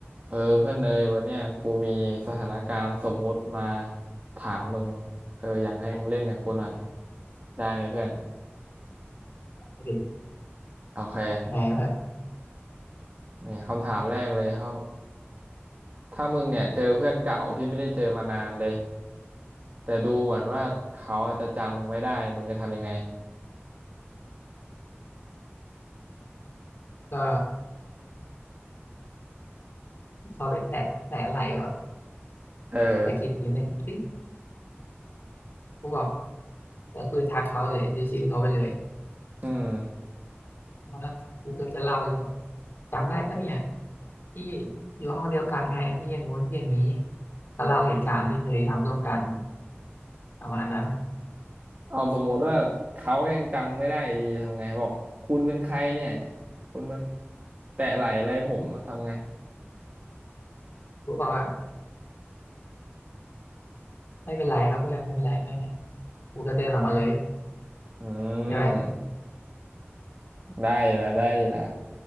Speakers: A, on the right; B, on the left.
A: เออเพื่อนเนยวันเนี้ยกูมีสถานการณ์สมมุติมาถามมึงเอออยากให้มึงเล่นกับกูหน่อยได้ไหมเพื่อน
B: ดิ
A: โอเค
B: ยังไงวะ
A: นี่คำถามแรกเลยเขาถ้ามึงเนี่ยเจอเพื่อนเก่าที่ไม่ได้เจอมานานเลยแต่ดูเหมือนว่าเขาอาจจะจำมึงไม่ได้มึงจะทำยังไง
B: ก็เข้าไปแตะแตะไหล่ก่อน
A: เออ
B: สะกิดทีหนึ่งคลิกกูบอกแล้วกูจะทักเขาเลยชื่อชื่อเขาไปเลย
A: อืม
B: แล้วก็กูก็จะเล่าเรื่องจำได้ปะเนี่ยที่อยู่ห้องเดียวกันไงที่อย่างงู้นที่อย่างนี้ก็เล่าเหตุการณ์ที่เคยทำร่วมกันประมาณนั้น
A: เอาสมมุติว่าเขายังจำไม่ได้ดีทำไงบอกคุณเป็นใครเนี่ยคุณมาแตะไหล่อะไรผมทำไง
B: กูบอกว่าไม่เป็นไรครับเพื่อนไม่เป็นไรไม่เป็นไรกูก็เดินออกมาเลย
A: อืม
B: ใช่ไหม
A: ได้อยู่นะได้อยู่นะ